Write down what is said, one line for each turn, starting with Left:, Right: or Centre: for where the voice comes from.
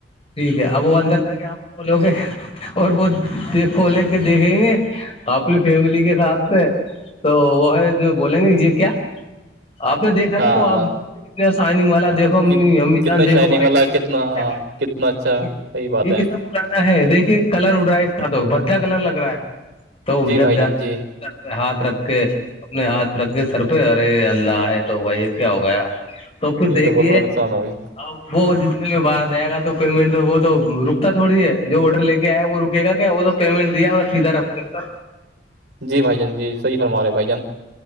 Left: ٹھیک ہے اب وہ اندر جائینگی آپ کھولو گے- اور وہ دیکھ لے کے دیکھیں گے اپنی فیملی کے ساتھ تو وہ ہے بولیں گے یہ کیا آپ نے دیکھا
Right: ہاں
Left: تھا تو آپ کتنے سائنگ والا دیکہو امی
Right: کتنا
Left: امی جان دیکھو
Right: شائننگ
Left: بھائی
Right: والا
Left: جان
Right: کتنا
Left: یہ
Right: ہاں
Left: کیا ہے
Right: کتنا اچھا صحیح بات
Left: یہ
Right: ہے
Left: کتنا پرانا ہے دیکھیے کلر اڑ رہا ہے اس کا تو بھڈا کلر لگ رہا ہے تو
Right: جی
Left: جب
Right: بھائی
Left: جا
Right: جان
Left: کے
Right: جی
Left: سر پہ ہاتھ رکھ کے اپنے ہاتھ رکھ کے سر پہ ارے اللہ ہے تو بھائی یہ کیا ہو گیا تو پھر
Right: یہ
Left: دیکھیے
Right: بہت بڑا نقصان ہو گیا
Left: اب وہ جن کا باہر جائے گا تو پیمنٹ تو وہ تو رکتا تھوڑی ہے جو آرڈر لے کے ایا وہ رکے گا کیا وہ تو پیمنٹ دیا اور سیدھا رفو چک کر
Right: جی بھائی جان جی صحیح فرما رہے بھائی جان